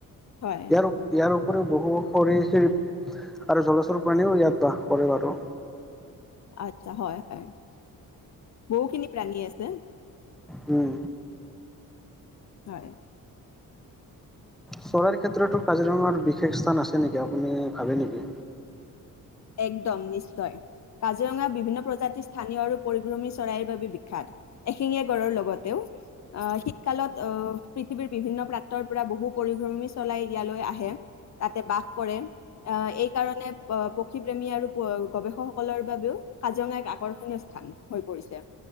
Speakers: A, on the left (about 50°); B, in the centre.
A: হয়
B: ইয়াৰ ইয়াৰ উপৰিও বহু সৰিচিপ আৰু জলচৰ প্ৰাণীও ইয়াত বাস কৰে বাৰু।
A: আচ্ছা, হয়-হয় বহুখিনি প্ৰাণী আছে।
B: উম,
A: হয়।
B: চৰাইৰ ক্ষেত্ৰতো কাজিৰঙাৰ বিশেষ স্থান আছে নেকি? আপুনি ভাবে নেকি?
A: একদম, নিশ্চয় কাজিৰঙা বিভিন্ন প্ৰজাতিৰ স্থানীয় আৰু পৰিভ্ৰমী চৰাইৰ বাবে বিখ্যাত। এশিঙীয়া গড়ৰ লগতেও আহ শীতকালত আহ পৃথিৱীৰ বিভিন্ন প্ৰান্তৰ পৰা বহু পৰিভ্ৰমী চৰাই ইয়ালৈ আহে, তাতে বাস কৰে আহ এই কাৰণে, আহ' পক্ষী প্ৰেমী আৰু গৱেষকসকলৰ বাবেও কাজিৰঙা এক আকৰ্ষণীয় স্থান হৈ পৰিছে।